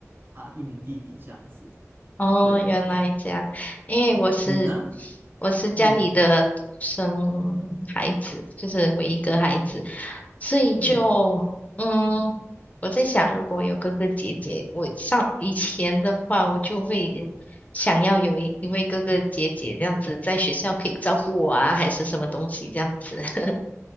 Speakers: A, on the right; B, on the left.
A: 啊、一名弟弟这样子。
B: 哦，
A: 对，
B: 原来这样，因为我是
A: 你呢？
B: 我是家里的独生孩子，
A: 嗯
B: 就是唯一个孩子，所以就嗯，
A: 嗯，
B: 我在想，如果有哥哥姐姐，我上以前的话，我就会想要有一一位哥哥姐姐这样子，在学校可以照顾我啊，还是什么东西这样子。<laughs>